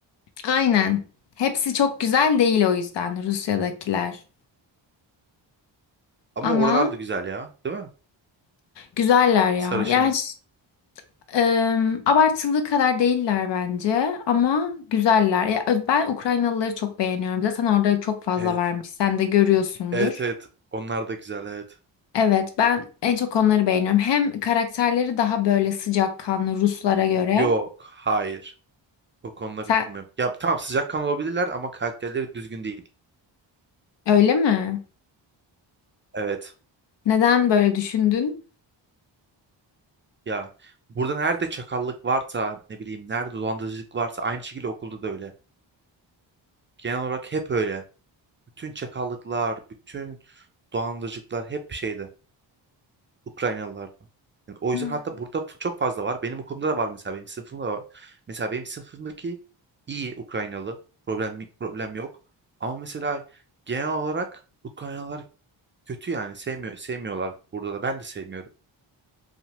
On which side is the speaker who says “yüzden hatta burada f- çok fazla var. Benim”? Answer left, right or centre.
Right